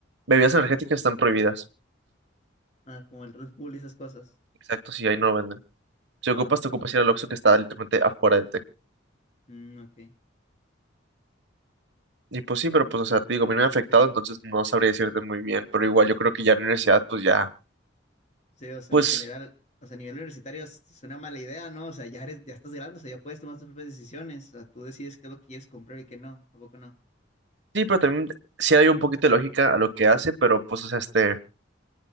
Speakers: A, on the right; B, on the left.
A: bebidas energéticas están prohibidas.
B: Ah, como el Red Bull y esas cosas.
A: Exacto, sí, ahí no lo venden. Si
B: Ah,
A: ocupas,
B: ok.
A: te ocupas ir al Oxxo que está literalmente afuera del TEC.
B: Mm, ok.
A: Y pues sí, pero pues, o sea, te digo, a mí no me ha afectado, entonces no sabría decirte muy bien. Pero igual yo creo que ya en la universidad, pues ya,
B: Sí, o sea,
A: pues
B: en general, o sea, a nivel universitario es es una mala idea, ¿no? O sea, ya eres, ya estás grande, o sea, ya puedes tomar tus propias decisiones, o sea, tú decides qué es lo que quieres comprar y qué no, ¿a poco no?
A: sí, pero también sí hay un poquito de lógica a lo que hace, pero pues, o sea, este,